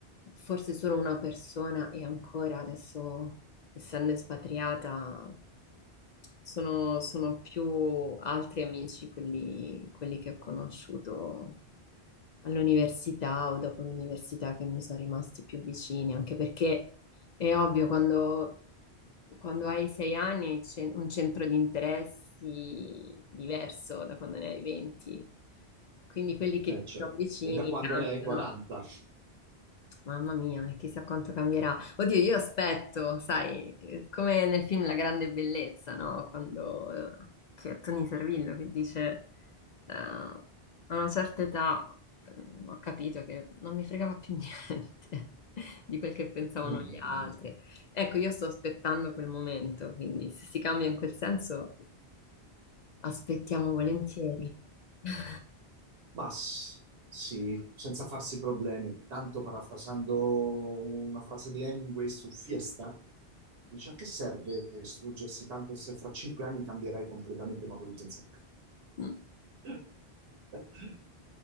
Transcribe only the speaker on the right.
eh,
certo.
E da quando
ne hai 40?
<laughs>
Ma s- sì, senza farsi problemi. Tanto parafrasando una frase di Hemingway su Fiesta, dice a che serve struggersi tanto se fra cinque anni cambierai completamente modo di pensare.
<laughs>